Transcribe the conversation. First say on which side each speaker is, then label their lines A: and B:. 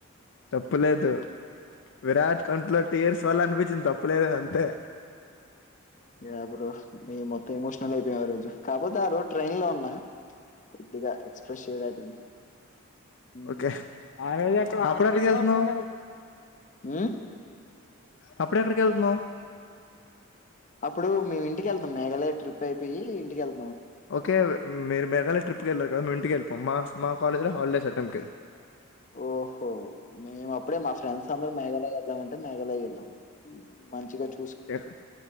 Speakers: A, on the left; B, on the left.
A: తప్పులేదు విరాట్ కంట్లో టీర్స్ వాళ్ళ అనిపి దీన్ తప్పలేదు అది అంతే
B: యా బ్రో మే మొత్తం ఎమోషనల్ అయిపోయాం ఆ రోజు కాపోతేారు హరోజు ట్రైన్ లో ఉన్నా కొద్దిగా ఎక్స్‌ప్రెస్ చేయలేకపోయినా. హ్మ్.
A: ఒకే అప్పుడే ఎక్కడికి వెళ్తునావ్
B: ఆ
A: అప్పుడే ఎక్కడకి వెళ్తున్నావు
B: అప్పుడు మేము ఇంటికి వెళ్తానం మేఘాలయ ట్రిప్ అయిపోయి ఇంటికి వెళ్
A: ఓకే మీరు మేఘాలయ ట్రిప్ వెళ్ళాక నువ్వు ఇంటికి వెళ్ళు పోమనసు మా కాలేజ్ లా హలీడే సార్ ఏం కే
B: ఓహో మేము అప్పుడే మా ఫ్రెండ్స్ అందరు మేఘాలయ వెళ్ళాం అంటే మేఘాలయ వెళ్ళాం మంచిగాచు
A: ఎ